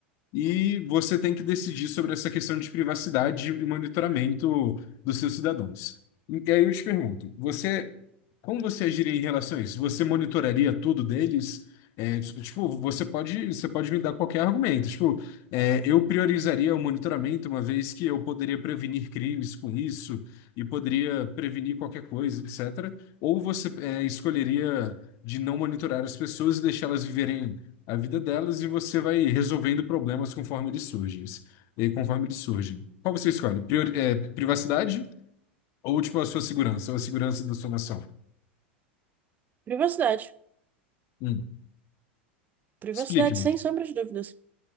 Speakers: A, on the left; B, on the right.
A: E você tem que decidir sobre essa questão de privacidade e monitoramento dos seus cidadãos. E aí eu te pergunto, você, como você agiria em relação a isso? Você monitoraria tudo deles? É, tipo, você pode, você pode me dar qualquer argumento. Tipo, é, eu priorizaria o monitoramento, uma vez que eu poderia prevenir crimes com isso e poderia prevenir qualquer coisa, etc. Ou você, é, escolheria de não monitorar as pessoas e deixá-las viverem a vida delas e você vai resolvendo problemas conforme eles surgem. E conforme eles surgem. Qual você escolhe? Priori- é, privacidade ou tipo a sua segurança, ou a segurança da sua nação?
B: Privacidade.
A: Hum,
B: Privacidade,
A: Explique-me.
B: sem sombra de dúvidas.